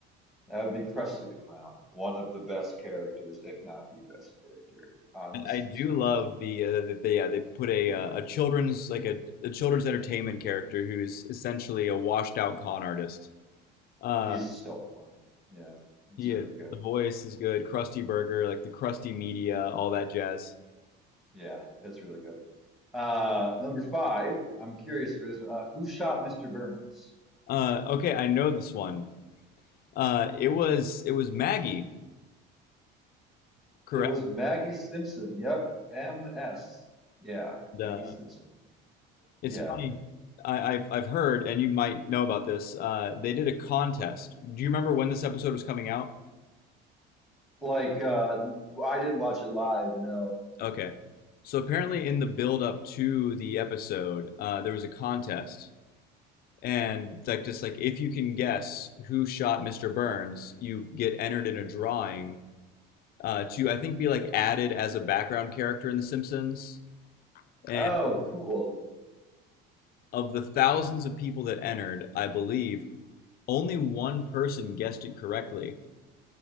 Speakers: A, in the centre; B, on the left (about 45°).
A: That would be Krusty the Clown, one of the best characters, if not the best character on
B: And
A: The Simpsons.
B: I do love the, uh, the, the yeah they put a uh, a children's like a, a children's entertainment character who's essentially a washed out con artist. Uh,
A: He's so funny. Yeah, it's
B: he
A: really
B: is.
A: good.
B: The voice is good. Krusty Burger, like the Krusty media, all that jazz.
A: Yeah, it's really good. Uh, number five, I'm curious for this one. Uh, who shot Mr. Burns?
B: Uh, okay, I know this one. Uh, it was it was Maggie, correct?
A: It was Maggie Simpson. Yep, MS. Yeah, Maggie
B: Uh,
A: Simpson. Yeah,
B: it's funny. I, I've I've heard, and you might know about this. Uh, they did a contest. Do you remember when this episode was coming out?
A: like uh, I didn't watch it live. No.
B: Okay. So apparently in the build up to the episode, uh, there was a contest and like just like if you can guess who shot Mr. Burns, you get entered in a drawing uh, to I think be like added as a background character in The Simpsons. And
A: Oh, cool.
B: of the thousands of people that entered, I believe only one person guessed it correctly.